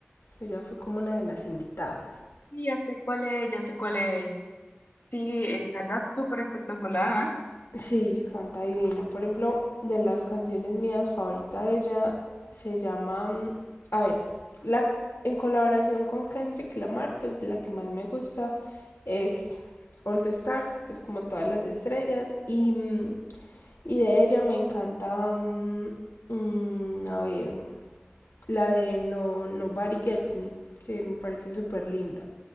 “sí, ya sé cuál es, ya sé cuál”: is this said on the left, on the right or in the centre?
Left